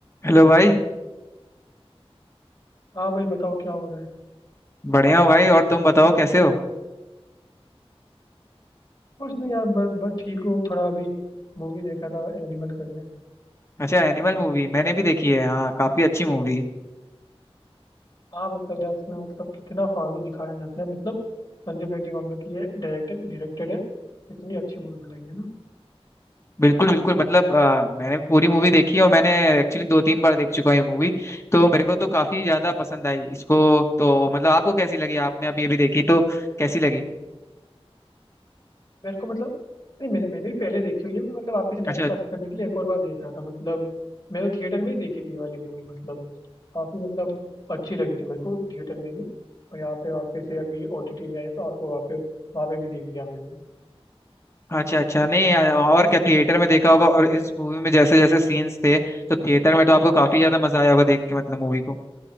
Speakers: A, on the left (about 25°); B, on the left (about 45°).
A: Hello भाई
B: हाँ भाई बताओ क्या हो रहा है
A: बढ़िया हो भाई और तुम बताओ कैसे हो
B: कुछ नहीं यार बस बस ठीक हूँ थोड़ा अभी मूवी देखा था एनिमल करके
A: अच्छा एनिमल मूवी मैंने भी देखी है हाँ काफी अच्छी मूवी
B: हाँ मतलब यार उसमें मतलब कितना फालतू दिखाया जाता है मतलब संदीप रेड्डी वांगा की ये डायरेक्टर डायरेक्टेड है इतनी अच्छी मूवी बनाई है ना
A: बिल्कुल बिल्कुल मतलब अ, मैंने भी पूरी मूवी देखी है और मैंने एक्चुअली दो तीन बार देख चुका हूँ ये मूवी तो मेरे को तो काफी ज्यादा पसंद आई इसको तो मतलब आपको कैसी लगी आपने अभी अभी देखी तो कैसी लगी
B: मेरे को मतलब नहीं मैंने मैंने भी पहले देखी हुई है मैं मतलब आप इसे टाइम
A: अच्छा
B: पास करने के लिए एक और बार देख रहा था मतलब मैंने तो थिएटर में ही देखी थी ये वाली मूवी मतलब काफ़ी मतलब अच्छी लगी थी मेरे को थिएटर में भी और यहाँ पे वापस से अभी ओटीटी में आई तो और वहाँ पे वहाँ पे भी देख लिया मैंने
A: अच्छा अच्छा नहीं <laughs> अ, और क्या थिएटर में देखा होगा और इस मूवी में जैसे जैसे सीन्स थे तो थिएटर में तो आपको काफी
B: हाँ
A: ज्यादा मजा आया होगा देख के मतलब मूवी को